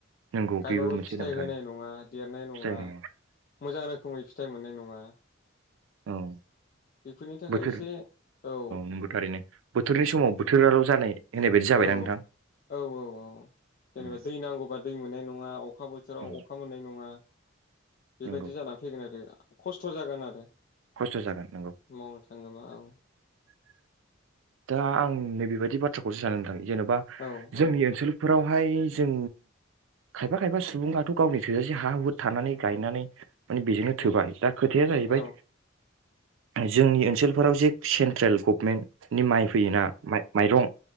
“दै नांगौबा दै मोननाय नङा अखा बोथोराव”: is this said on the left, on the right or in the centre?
Left